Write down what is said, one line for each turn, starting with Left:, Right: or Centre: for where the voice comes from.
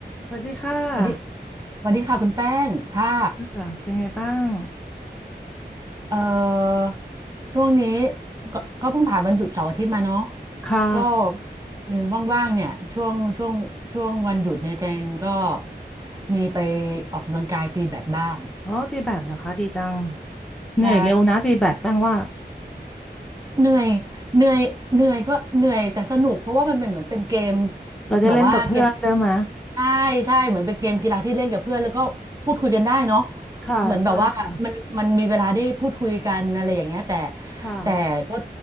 Centre: สวัสดีค่ะ
Right: สวัสดีสวัสดีค่ะคุณแป้งค่ะ
Centre: ค่ะเป็นไงบ้าง
Right: เอ่อช่วงนี้ก็ก็เพิ่งผ่านวันหยุดเสาร์อาทิตย์มาเนาะ
Centre: ค่ะ
Right: ก็เออว่างๆเนี่ยช่วงช่วงช่วงวันหยุดเนี่ยแจงก็มีไปออกกำลังกายตีแบดบ้าง
Centre: อ๋อตีแบดเหรอคะดีจังเหนื่อยเร็วนะตีแบดแป้งว่า
Right: ใช่ เหนื่อยเหนื่อยเหนื่อยก็เหนื่อยแต่สนุกเพราะว่ามันเป็นเหมือนเป็นเกม
Centre: เราจะเล่นกับเพื่อนใช่ไหม
Right: แบบว่าเกมใช่ใช่เหมือนเป็นเกมกีฬาที่เล่นกับเพื่อนแล้วก็พูดคุยกันได้เนาะ
Centre: ค่ะใช่ค่ะ
Right: เหมือนแบบว่ามันมันมีเวลาได้พูดคุยกันอะไรอย่างเงี้ยแต่
Centre: ค่ะ
Right: แต่ก็